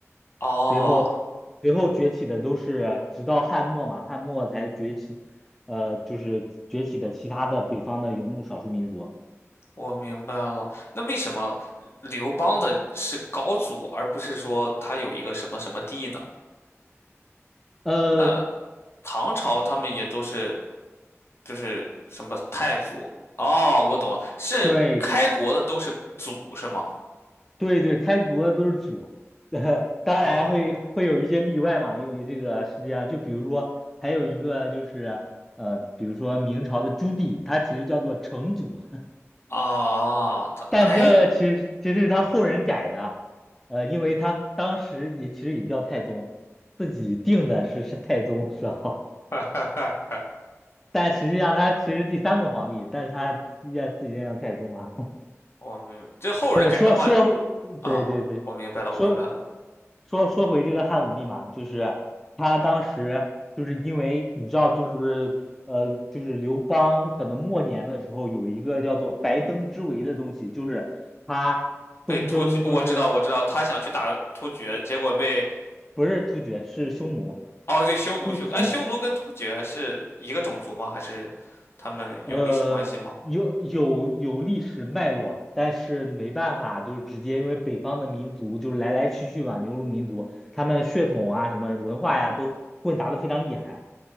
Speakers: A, on the left; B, in the centre.
A: 哦，
B: 随后随后崛起的都是直到汉末嘛，汉末才崛起，呃就是崛起的其他的北方的游牧少数民族。
A: 我明白了。那为什么刘邦的是高祖，而不是说他有一个什么什么帝呢？
B: 呃，
A: 那唐朝他们也都是就是什么太祖？哦，我懂了，是开国的都是祖是吗？
B: 对，对对，开国的都是祖，<laughs> 呃当然会会有一些例外嘛，
A: 哦
B: 因为这个世界上，就比如说还有一个就是，呃，比如说明朝的朱棣，他其实叫做成祖，
A: 啊，
B: <laughs>
A: 他哎，
B: 但这个其实其实是他后人改的，呃，因为他当时也其实也叫太宗，自己定的是是太宗是吧？
A: <laughs>
B: <laughs> 但实际上他其实第三个皇帝，但是他愿自己愿叫太宗啊。
A: 我明这后人改的话
B: 对，说说，
A: 啊，
B: 对对对，
A: 我明白了，
B: 说
A: 我明白了。
B: 说说回这个汉武帝嘛，就是他当时就是因为你知道，就是呃，就是刘邦可能末年的时候有一个叫做白登之围的东西，就是他东征，
A: 被突厥，我知道，
B: 就是
A: 我知道，他想去打突厥，结果被
B: 不是突厥，是匈奴，
A: 哦，对，匈奴，
B: 突突
A: 匈奴，哎，匈奴跟突厥是一个种族吗？还是他们有历史关系吗？
B: 呃，有有有历史脉络，但是没办法，就是直接因为北方的民族就是来来去去嘛，牛乳民族，他们血统啊什么文化呀都混杂的非常厉害，